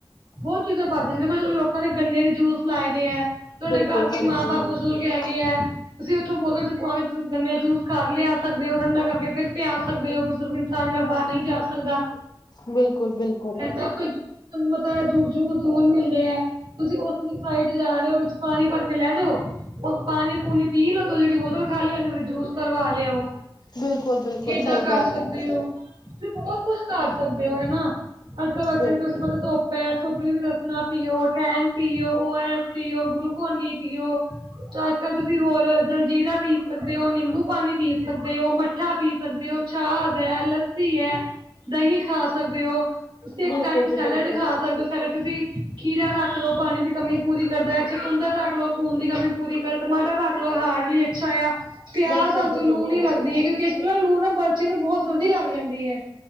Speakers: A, on the right (about 70°); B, on the left (about 55°).
A: ਬਹੁਤ ਚੀਜ਼ ਦੇਖੋ, ਲੋਕਾਂ ਨੇ ਗੰਨੇ ਦੇ ਜੂਸ ਲਾਏ ਦੇ ਹੈ। ਤੁਹਾਡੇ
B: ਬਿਲਕੁਲ
A: ਘਰ ਕੋਈ,
B: ਹਾਂਜੀ,
A: ਮਾਂ ਬਾਪ
B: ਹਾਂਜੀ।
A: ਬਜ਼ੁਰਗ ਹੈਗੇ ਹੈ। ਤੁਸੀਂ ਉੱਥੋਂ ਬੋਤਲ 'ਚ ਪਾ ਕੇ ਤੁਸੀਂ ਗੰਨੇ ਦਾ ਜੂਸ ਘਰ ਲਿਆ ਸਕਦੇ ਹੋ, ਠੰਡਾ ਕਰਕੇ ਫਿਰ ਪਿਆ ਸਕਦੇ ਹੋ। ਬਜ਼ੁਰਗ ਤਾਂ ਜਿਹੜਾ ਬਾਹਰ ਨਹੀਂ ਜਾ ਸਕਦਾ।
B: ਬਿਲਕੁਲ, ਬਿਲਕੁਲ।
A: ਏਦਾਂ ਕੋਈ ਜੂੂੰ ਤੇਨੂੰ ਪਤਾ, ਏ ਜੂੰ ਦੂੂਰ ਮਿਲਦੇ ਹੈ। ਤੁਸੀਂ ਉਸ ਸਾਈਡ ਜਾ ਰਹੇ ਹੋ, ਪਾਣੀ ਭਰ ਕੇ ਲੈ ਜੋ ਉਹ ਪਾਣੀ ਪੂਣੀ ਪੀ ਲੋ, ਤੇ ਜਿਹੜੀ ਬੋਤਲ ਖਾਲੀ ਹੁਦੀ ਉਹਦੇ ਵਿੱਚ ਜੂਸ ਭਰਵਾ ਲਿਆਓ।
B: ਬਿਲਕੁਲ, ਬਿਲਕੁਲ
A: ਇਦਾਂ
B: ਸਹੀ
A: ਕਰ
B: ਗੱਲ
A: ਸਕਦੇ
B: ਏ।
A: ਹੋ। ਤੁਸੀਂ ਬਹੁਤ ਕੁੱਝ ਕਰ ਸਕਦੇ ਹੋ ਹਨਾ, ਅੱਜ -ਕੱਲ ਇਥੇ
B: ਬਿਲਕੁਲ,
A: ਵੀ ਤੁਸੀ ਪਤਾ ਧੁੱਪ ਹੈ ਧੁੱਪ 'ਚ ਵੀ ਦੱਸ ਰਸਣਾ ਪੀਓ, ਟੈਂਗ ਪੀਓ, ਓ ਆਰ ਐਸ ਪੀਓ, ਗਲੂਕੋਨ ਡੀ ਪੀਓ। ਅੱਜ- ਕੱਲ ਤੁਸੀਂ ਹੋਰ ਜਲਜੀਰਾ ਪੀ ਸਕਦੇ ਹੋ, ਨਿੰਬੂ ਪਾਣੀ ਪੀ ਸਕਦੇ ਹੋ ਮ ਮੱਠਾ ਪੀ ਸਕਦੇ ਹੋ, ਛਾਜ ਹੈ, ਲੱਸੀ ਹੈ, ਦਹੀਂ ਖਾ ਸਕਦੇ ਹੋ। ਤੁਸੀਂ ਇੱਕ
B: ਬਿਲਕੁਲ
A: ਟਾਈਮ
B: ਜੀ
A: ਸੈਲਡ
B: ਬਿਲਕੁਲ,
A: ਖਾ ਸਕਦੇ ਹੋ, ਸੈਲਡ ਤੁਸੀਂ ਖੀਰਾ ਰੱਖ ਲ ਲੋਓ, ਪਾਣੀ ਦੀ ਕਮੀ ਪੂਰੀ ਕਰਦਾ ਹੈ, ਚਕੁੰਦਰ ਰੱਖ ਲੋ, ਖੂਨ ਦੀ ਕਮੀ ਪੂਰੀ ਕਰ, ਟਮਾਟਰ ਰੱਖ ਮਤਲਬ ਹਾਰਡ ਲਈ ਅੱਛਾ ਆ। ਪਿਆਜ
B: ਬਿਲਕੁਲ
A: ਰਾਖ
B: ਜੀ
A: ਦੋ, ਲੂ
B: ਬਿਲਕੁਲ,
A: ਨੀ ਲੱਗਦੀ ਹੈ, ਕਿਉਂਕਿ ਅੱਜ -ਕੱਲ ਲੂ ਨਾ ਬਚੀਆ ਨੂੰ ਬਹੁਤ ਜਲਦੀ ਲੱਗ ਜਾਂਦੀ ਹੈ।